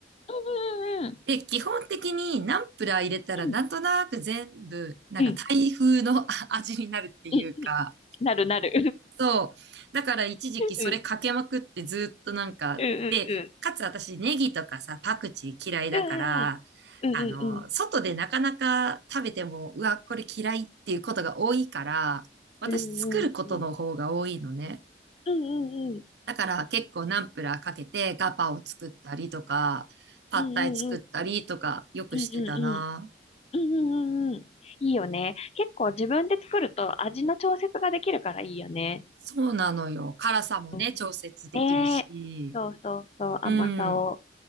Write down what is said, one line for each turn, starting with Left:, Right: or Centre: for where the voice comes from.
Left: うんうん。
Right: で、基本的にナンプラー入れたらなんとなく全部、
Left: うん。
Right: なんかタイ風の
Left: うん。
Right: <laughs> 味になるっていうか、
Left: うん。うん。なるなる。
Right: そう。だから一時期それかけまくってずっとなんか、
Left: うん。うんうんうん。
Right: で、かつ私ネギとかさ、パクチー嫌いだから、
Left: うんうんうん。
Right: あの、外でなかなか食べても、うわ、これ嫌いっていうことが多いから、私作ることの方が多いのね。
Left: うんうんうん。うんうんうん。
Right: だから結構ナンプラーかけてガパを作ったりとか、パッタイ作ったりとかよくしてたな。
Left: うんうんうん。うんうんうん。うんうんうんうん。いいよね。結構自分で作ると味の調節ができるからいいよね。
Right: そうなのよ。辛さもね、
Left: うん。
Right: 調節できるし。
Left: ねえ。そうそうそう。
Right: うん、
Left: 甘さを、